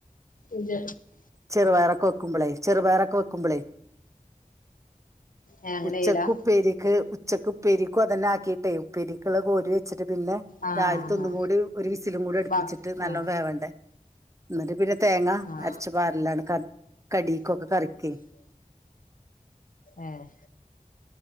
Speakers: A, on the left (about 75°); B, on the right (about 20°).
A: ഇങ്ങളോ
B: ചെറുപയറൊക്കെ വെക്കുമ്പളെ ചെറുപയറൊക്കെ വെ കുമ്പളെ
A: ഏ അങ്ങനെ
B: ഉച്ചക്കുപ്പേരിക്ക്
A: ചെയ്യലാ
B: ഉച്ചക്ക് ഉപ്പേരിക്കും അതന്നെ ആക്കിയിട്ടെ ഉപ്പരിക്ക് ള്ള കോരി വെച്ചിട്ട് പിന്നെ
A: ആ
B: രാവിലത്ത ഒന്നും
A: ആ
B: കൂടി ഒരു വിസിലും കൂടെ അടുപ്പിച്ചിട്ട്
A: ബാക്കി
B: നല്ലോം
A: ആ
B: വേവണ്ടേ ഇന്നട്ട് പിന്നെ തേങ്ങ
A: ആ
B: അരച്ച് പാരലാണ് കടീക്കൊക്കെ കറിക്കെ
A: ഏഹ്